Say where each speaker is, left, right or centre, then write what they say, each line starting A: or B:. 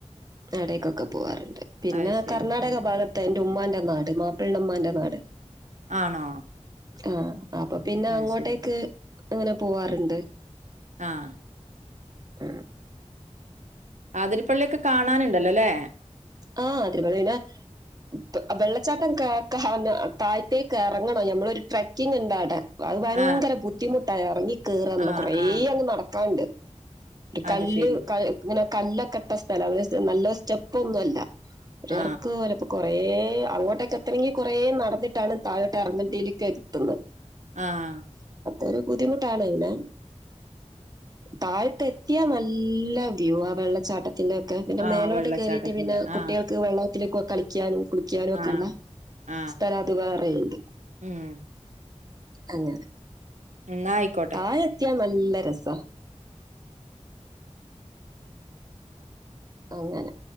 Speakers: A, on the right; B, on the right.
A: എടക്കൊക്കെ പോകാറുണ്ട് പിന്നെ
B: അത് ശരി.
A: കർണ്ണാടക
B: ആ.
A: ഭാഗത്ത <unintelligible> ന്റെ ഉമ്മാന്റെ നാട് മാപ്പിൾടെ ഉമ്മാന്റെ നാട്
B: ആണോ?
A: ആ അപ്പൊ പിന്നെ
B: അത്
A: അങ്ങോട്ടേക്ക്
B: ശരി.
A: അങ്ങനെ പോവാറുണ്ട്.
B: ആഹ്
A: <inaudible>
B: ആതിരപ്പള്ളിയൊക്കെ കാണാനുണ്ടല്ലോ അല്ലേ?
A: ആ ആതിരപ്പള്ളി <unintelligible> വെള്ളച്ചാട്ടം <unintelligible> താഴത്തേക്ക് ഇറങ്ങണം നമ്മളൊരു ട്രക്കിങ് ഇണ്ടവിടെ അത് ഭയങ്കര
B: ആ.
A: ബുദ്ധിമുട്ടായി ഇറങ്ങി കേറുന്നുള്ള
B: ആ,
A: കുറേ
B: ആ.
A: അങ്ങ് നടക്കാനുണ്ട്. ഒരു കല്ല്
B: അത് ശരി.
A: ക ഇങ്ങനെ കല്ലൊക്കെട്ട സ്ഥലം അ നല്ല സ്റ്റെപ്പ ഒന്നും അല്ല. ഒരറക്ക്
B: ആ.
A: <unintelligible> കുറേ അങ്ങോട്ടൊക്കെ എത്തണമെങ്കിൽ കൊറേ നടന്നിട്ടാണ് താഴോട്ടെ ഇറങ്ങഹത്തിലേക്ക് എത്തുന്നത്.
B: ആഹ
A: ഒരു ബുദ്ധിമുട്ടാണ് പിന്നെ. താഴത്തെ എത്തിയായ നല്ല വ്യൂ ആ വെള്ളച്ചാട്ട പിന്നൊക്കെ പിന്നെ
B: ആ.
A: മേലോട്ട്
B: വെള്ളച്ചാട്ടത്തിന്റെ.
A: കേറിയിട്ട് പിന്നെ കുട്ടികൾക്ക്
B: ആ.
A: വെള്ളത്തിലേക്കൊക്കെ കളിക്കാനും. കുളിക്കാനും
B: ആ.
A: ഒക്കെയള്ള
B: ആ.
A: സ്ഥലത് വേറെയുണ്ട്.
B: മ്മ്.
A: അങ്ങനെ!
B: ന്നാ ആയിക്കോട്ടെ.
A: താഴെത്തിയാ നല്ല രസാ. അങ്ങനെ